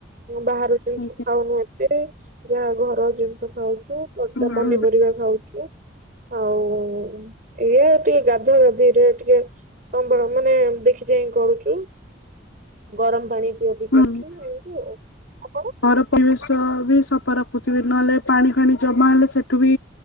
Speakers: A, on the right; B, on the left.
A: ବାହାର ଜିନିଷ
B: ଆଜ୍ଞା
A: ଖାଉନୁ ଏତେ ଯାହା ଘ ର ଜିନିଷ ଖାଉଚୁ, ତଟକା
B: ହୁଁ
A: ପନିପରିବା
B: ହୁଁ
A: ଖାଉଚୁ ଆଉ ଏଇଆ ଟିକେ ଗାଧା ଗାଧିରେ ଟିକେ ସମ୍ବଳ ମାନେ ଦେଖି ଚାହିଁ କରୁଚି। ଗରମ ପାଣି। ପିଆ ପିଇ
B: <unintelligible>
A: କରୁଛୁ ଏମିତି ଆଉ ଆପଣ
B: ଘର ପରିବେଶ ବି ସତ ଫା ରଖୁଥିବେ ନହେଲେ ପାଣି ଫାଣି ଜମା ହେଲେ ସେଠୁ ବି